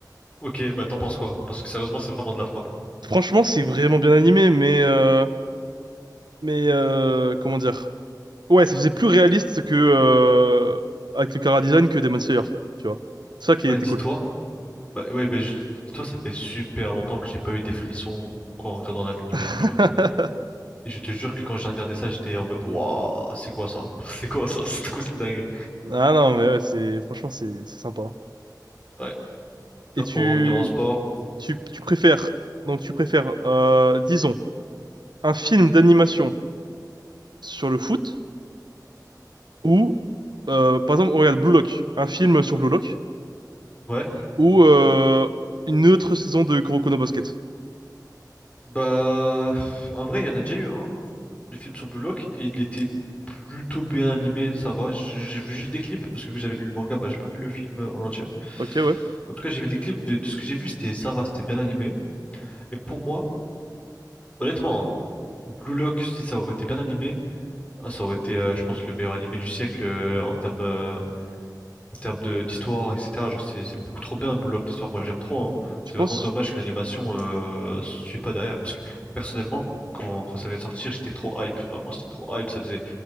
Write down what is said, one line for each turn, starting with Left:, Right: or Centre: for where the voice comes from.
Left: Ok, bah t'en penses quoi? Parce que sérieusement, c'est vraiment de la frappe.
Right: Franchement, c'est vraiment bien animé, mais euh, mais euh, comment dire? Ouais, ça faisait plus réaliste que euh, avec le chara design que Demon Slayer, tu vois. C'est ça qui
Left: Bah
Right: était
Left: dis-toi,
Right: cool.
Left: bah ouais, bah je- dis-toi, ça fait super longtemps que j'ai pas eu des frissons ou quoi en regardant l'anime,
Right: <laughs>
Left: tu vois. Et je te jure que quand j'ai regardé ça, j'étais en mode, waouh, c'est quoi ça? <laughs> C'est quoi ça? C'est quoi cette dinguerie?
Right: Ah non, mais ouais, c'est franchement c'est c'est sympa. hein.
Left: Ouais. Là,
Right: Et
Left: pour
Right: tu
Left: en revenir en sport.
Right: tu tu préfères donc tu préfères euh, disons un film d'animation sur le foot. Ou, euh, par exemple, on regarde Blue Lock, un film sur Blue Lock,
Left: Ouais.
Right: ou euh, une autre saison de Kuroko no Basket.
Left: Bah, en vrai, il y en a déjà eu un. du film sur Blue Lock et il était plutôt bien animé, ça va. J- J'ai vu juste des clips parce que vous avez lu le manga, bah, j'ai pas vu le film euh, en entier.
Right: Ok, ouais,
Left: En tout cas, j'ai vu des clips de, de ce que j'ai vu, c'était ça va, c'était bien animé. Et pour moi, honnêtement, Blue Lock, si ça aurait été bien animé, ah, ça aurait été, euh, je pense, le meilleur animé du siècle euh, en termes euh, en termes de d'histoire, etc. Genre, c'est c'est beaucoup trop bien, Block, l'histoire. Moi, j'aime trop. hein.
Right: tu
Left: C'est
Right: penses.
Left: vraiment dommage que l'animation euh, suit pas derrière. Parce que personnellement, quand, quand ça allait sortir, j'étais trop hype. Vraiment, j'étais trop hype. Ça faisait